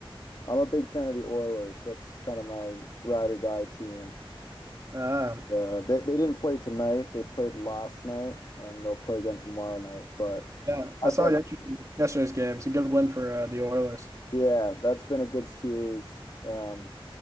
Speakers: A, on the left; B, on the right.
A: I'm a big fan of the Oilers. That's kind of my ride or die team.
B: Uh,
A: Uh, they they didn't play tonight. They played last night, and they'll play again tomorrow night. But
B: yeah,
A: that's
B: I saw
A: actually
B: yesterday, yesterday's game. It's a good win for uh, the Oilers.
A: Yeah, that's been a good series. Um,